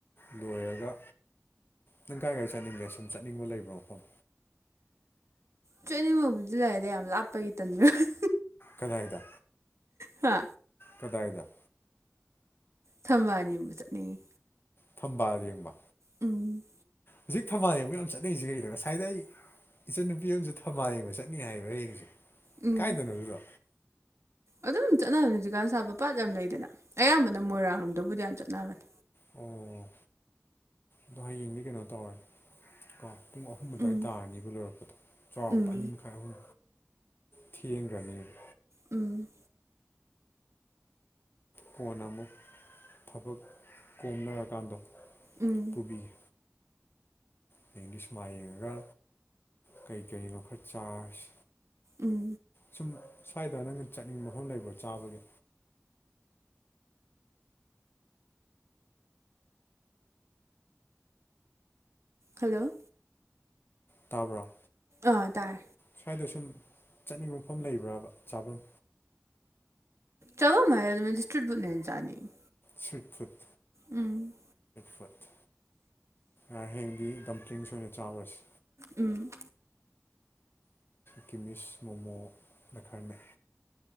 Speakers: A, on the left; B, on the right.
A: ꯂꯣꯏꯔꯒ ꯅꯪ ꯀꯥꯏ ꯀꯥꯏ ꯆꯠꯅꯤꯡꯒꯦ ꯁꯨꯝ ꯆꯠꯅꯤꯡꯕ ꯂꯩꯕꯔꫭ ꯃꯐꯝ
B: ꯆꯠ ꯅꯤꯡꯕꯕꯨꯗꯤ ꯂꯩꯗꯤ ꯌꯥꯝ ꯂꯥꯞꯄꯒꯤ ꯇꯟꯕꯤ ꯋꯥꯅꯤ
A: ꯀꯗꯥꯥꯏꯗ
B: ꯍꯥ
A: ꯀꯗꯥꯏꯗ
B: ꯊꯝꯕꯥꯜ ꯌ‌ꯦꯡꯕ ꯆꯠꯅꯤꯡꯉꯤ
A: ꯊꯝꯕꯥꯜ ꯌꯦꯡꯕ
B: ꯎꯝ
A: ꯍꯧꯖꯤꯛ ꯊꯝꯕꯥꯜꯂ ꯌꯦꯡ ꯌꯥꯝ ꯆꯠꯅꯔꯤꯁ‌ꯦ ꯀꯩꯒꯤꯅꫭ ꯉꯁꯥꯏꯗ ꯑꯩ ꯏꯆꯟꯅꯨꯄꯤ ꯑꯃꯁꯨ ꯊꯝꯕꯥꯜ ꯌꯦꯡꯕ ꯆꯠꯅꯤ ꯍꯥꯏꯌꯦꯕ ꯍꯌꯦꯡꯁꯨ
B: ꯎꯝ
A: ꯀꯥꯏꯗꯅꯣ ꯑꯗꯨꯗꯣ
B: ꯑꯗꯨꯝ ꯆꯠꯅꯕꯅꯦ ꯍꯧꯖꯤꯛꯀꯥꯟ ꯁꯥꯠꯄ ꯄꯥꯠ ꯌꯥꯝ ꯂꯩꯗꯅ ꯑꯌꯥꯝꯕꯅ ꯃꯣꯏꯔꯥꯡꯔꯣꯝꯗꯕꯨꯗꯤ ꯌꯥꯝ ꯆꯠꯅꯕꯅꯦ
A: ꯎꯝ ꯑꯗꯣ ꯍꯌꯦꯡꯗꯤ ꯀꯩꯅꯣ ꯇꯧꯔꯅꯤ ꯀ ꯄꯨꯡ ꯑꯍꯨꯝ ꯑꯗꯨꯋꯥꯏ
B: ꯎꯝ
A: ꯇꯥꯔꯅꯤꯕ ꯂꯣꯏꯔꯛꯄꯗ ꯆꯥꯎꯔꯥꯛꯄ
B: ꯎꯝ
A: ꯑꯅꯤ ꯃꯈꯥꯏ ꯑꯍꯨꯝ ꯊꯦꯡꯒ꯭ꯔꯅꯤꯕ
B: ꯎꯝ
A: ꯀꯣꯟꯅ ꯑꯃꯨꯛ ꯊꯕꯛ ꯀꯣꯝꯅꯔꯀꯥꯟꯗ
B: ꯎꯝ
A: ꯄꯨꯕꯤꯒ‌ꯦ ꯑꯗꯩꯗꯤ ꯁꯤꯃꯥ ꯌꯦꯡꯉꯒ ꯀꯩꯀꯩꯅꯣ ꯈꯔ ꯆꯥꯔꯨꯖꯤ
B: ꯎꯝ
A: ꯁꯨꯝ ꯁ꯭ꯋꯥꯏꯗ ꯅꯪꯅ ꯆꯠꯅꯤꯡꯕ ꯃꯐꯝ ꯂꯩꯕ꯭ꯔꯣ ꯆꯥꯕꯒꯤ
B: ꯍꯜꯂꯣ
A: ꯇꯥꯕ꯭ꯔꯣ
B: ꯑꯥ ꯇꯥꯏ
A: ꯁ꯭ꯋꯥꯏꯗ ꯁꯨꯝ ꯆꯠꯅꯤꯡꯕ ꯃꯐꯝ ꯂꯩꯕ꯭ꯔꯕ ꯆꯥꯐꯝ
B: ꯆꯥꯚꯝ ꯃꯥꯥꯏꯜꯗꯤ <unintelligible> ꯏꯁꯇ꯭ꯔꯤꯠ ꯐꯨꯠꯅ ꯍꯟꯅ ꯆꯥꯅꯤꯡꯉꯤ
A: ꯁꯤ ꯐꯨꯠ
B: ꯎꯝ
A: ꯐꯨꯠ ꯑꯥ ꯍꯌꯦꯡꯗꯤ ꯗꯝꯇ꯭ꯔꯤꯡꯁ ꯑꯣꯏꯅ ꯆꯥꯎꯔꯁꯤ
B: ꯎꯝ
A: ꯀꯤꯃꯤꯁ ꯃꯣꯃꯣ ꯂꯩ ꯈꯥꯔꯅꯦ